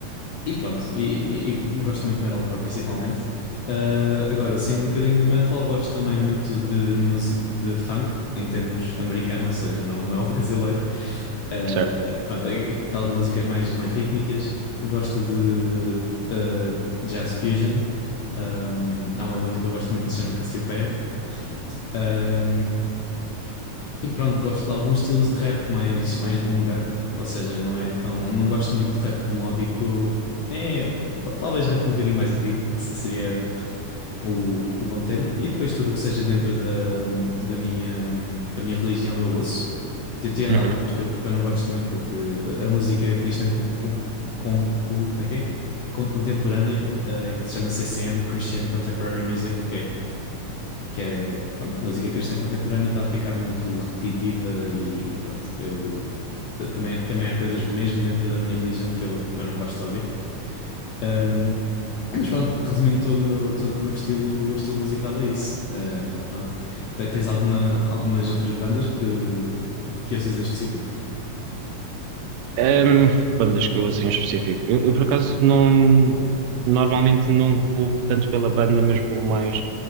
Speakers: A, on the left; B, on the right.
A: E pronto, e, e- e gosto muito de metalcore principalmente. Ah, agora, saindo um bocadinho do metal, gosto também muito de, musi- de funk, em termos americano, ou seja, não, não é o <laughs> brasileiro. Ah,
B: certo.
A: pronto, a- aquelas músicas mais, mais rítmicas. Gosto de ah, jazz fusion. Ahm, há uma banda que eu gosto muito que se chama Cassiopeia. Ah, e pronto, gosto de alguns estilos de rap mais, mais boom bap, ou seja, não é tão, não gosto muito de rap melódico. É, ta- talvez rap um bocadinho mais antigo, se- seria o, o bom termo. E depois tudo o que seja dentro da, da minha, da minha religião eu ouço, Ti- tirando
B: Uhum.
A: algumas que eu, que eu não gosto muito, porque a a música cristã com, com, com- como é que é? Con- Contemporânea, eh, que se chama CCM, Christian Contemporary Music, que é, pronto, música cristã contemporânea está a ficar muito repetitiva e, e pronto, eu t- também, também há coisas mesmo dentro da minha religião que eu, que eu não gosto de ouvir. Ahm, mas pronto, resumindo todo o meu, todo o meu estilo, o meu estilo musical é isso. Ah, pronto. Te- Tens alguma, algumas outras bandas que, que ouças em específico?
B: Ehm, bandas que eu assim em específico. Eu, eu, por acaso não normalmente não vou tanto pela banda, mas vou mais